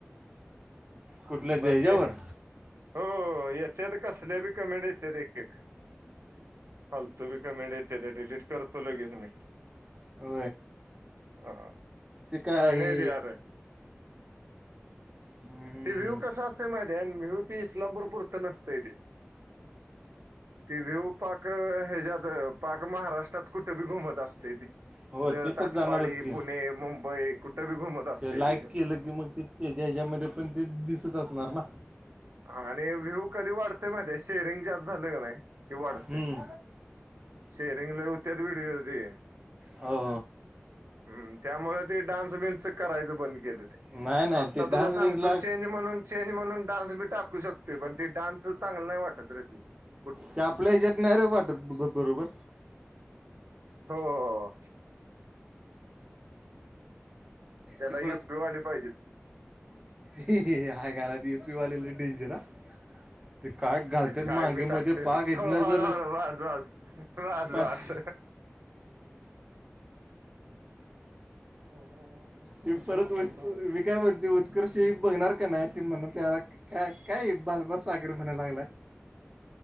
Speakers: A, on the right (about 25°); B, on the right (about 65°).
A: कुठल्या
B: बाकी
A: त्याच्यावर
B: हो येतत कसले बी कमेंड येत एके हालतो बी कमेंट येते ते डिलीट करतो लगेच मी
A: हो
B: हा
A: त काही
B: छान आहे रे अरे
A: हम्म,
B: ते व्ह्यू कस असते माहितीे आणि व्यू ती इस्लामपूरपूरच नसते तेे ते वऊ पाक ह्याच्यात पाक महाराष्ट्रात कुठे बी घुमत असते ती
A: हो
B: ज
A: ते
B: ताटपाडी
A: तर जाणारच की
B: पुणे मुंबई कुठे बी घुमत असते
A: ते लाईक
B: ती व्ह्यू
A: केलं की मग ते त्याच्या ह्याच्यामध्ये पण ते दिसत असणार ना
B: आणि व्ह्यू कधी वाढते माहि शेअरिंग जास्त झालं का नाही कि वाढते
A: हम्म,
B: शरंगला उत्यात विडते
A: हो
B: ह्म त्यामुळे ते डान्स बिन्स करायचं बंद केलेलं
A: नाही नाही
B: आत्ता
A: ते डान्स
B: तुला सांगतो
A: बिन्सला
B: चेंज म्हणून चेंज म्हणून डान्स बी टाकू शकते पण ती डान्स चांगला नाही वाटत रे त
A: ते आपल्या हच्यात नाही रे वाटत बरोबर
B: हो हो हो. त्याला
A: ते
B: यु
A: परत
B: पी वा आली पाहिजे.
A: ते हय काात यू पीवालेला डेंजर ते काग घालतात
B: काय
A: मांगेमध्ये
B: बी टाकते
A: पाक
B: ते
A: येत
B: हो
A: ना
B: हळूहळू
A: जर
B: वास वास वास
A: पास
B: वास
A: ते परत मी काय म्हणते. साखरशी बघणार का नाही ते म्हण त्याला काय भातभास साखर बणायला लागलाय.